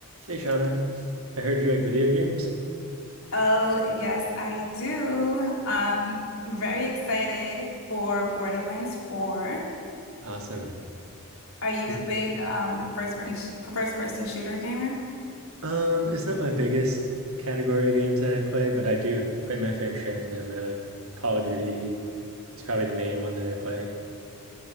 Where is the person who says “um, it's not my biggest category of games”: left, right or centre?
Right